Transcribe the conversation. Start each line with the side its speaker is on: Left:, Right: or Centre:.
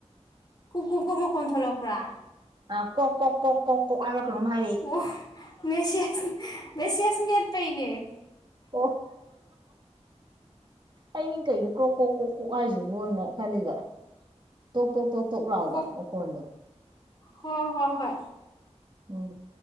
Left: ꯀꯨꯛ ꯀꯨꯛ ꯀꯨꯛ ꯃꯈꯣꯟ ꯊꯣꯛꯂꯛꯄ꯭ꯔꯥ
Right: ꯑꯥ ꯀꯣꯛ ꯀꯣꯛ ꯀꯣꯛ ꯀꯣꯛ ꯀꯣꯛ ꯍꯥꯏꯕ꯭ꯔꯥ ꯀꯩꯅꯣꯝ ꯍꯥꯏ
Left: ꯑꯣ ꯃꯦꯁꯦꯁ ꯃꯦꯁꯦꯁ ꯃꯦꯠꯄꯩꯅꯦ
Right: ꯑꯣ ꯑꯩꯅꯤ ꯀꯩꯅꯣ ꯀ꯭ꯔꯣꯛ ꯀꯣꯛ ꯀꯣꯛ ꯀꯣꯛ ꯍꯥꯏꯁꯤꯕꯅ ꯈꯜꯂꯤꯕ ꯇꯣꯛ ꯇꯣꯛ ꯇꯣꯛ ꯇꯣꯛ ꯂꯥꯎꯕ
Left: ꯀꯣꯛ
Right: ꯃꯈꯣꯟꯗꯣ
Left: ꯍꯣꯏ ꯍꯣꯏ ꯍꯣꯏ
Right: ꯎꯝ